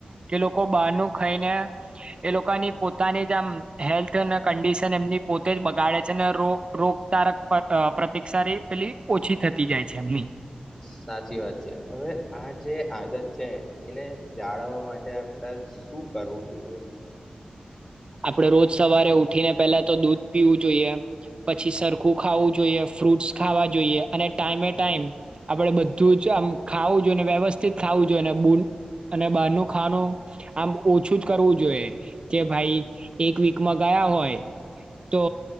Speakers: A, on the right; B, on the left.
A: કે લોકો બહારનું ખાઈને એ લોકોની પોતાની જ આમ હેલ્થ અને કંડિશન એમની પોતે જ બગાડે છે, ને રો રોગ તારક પ્રતિકષાથી પેલી ઓછી થતી જાય છે એમની.
B: સાચી વાત છે હવે આ જે આદત. છે એને જાળવવા માટે આપડા. શું કરવું જોઈએ?
A: આપણેે રોજ સવારે ઉઠીને પેલા તો દૂધ પીવું જોઈએ, પછી સરખું ખાવું જોઈએ ફ્રૂટસ ખાવા જોઈએ, અને ટાઈમે ટાઈમ. આપડે બધું છે આમ ખાવું. વ્યવસ્થિત ખાવું જોઈએ અને બહારનું ખાનું આમ ઓછું જ કરવું જોઈએ કે ભાઈ. એક વીકમાં ગયા હોય તો